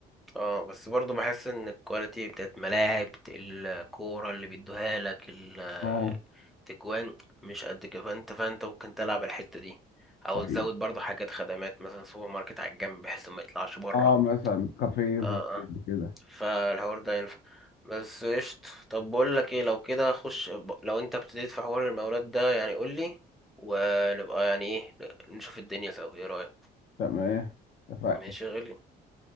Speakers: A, in the centre; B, on the left (about 70°).
A: اه بس برضو بحس ان الكواليتي بتاعت ملاعب الكورة اللي بيدوها لك ال-
B: اه
A: التجوان مش قد كده فانت فانت ممكن تلعب الحتة دي او
B: حقيقي
A: تزود برضو حاجات خدمات مثلا سوبر ماركت على الجنب بحيث ما يطلعش بره
B: اه مثلا كافيه صغير
A: اه اه
B: كده
A: فالحوار ده ينفع بس قشط طب بقول لك ايه لو كده خش ب- لو انت ابتديت في حوار المولات ده يعني قول لي ونبقى يعني ايه نشوف الدنيا سوا ايه رأيك
B: تمام اتفقنا
A: ماشي يا غالي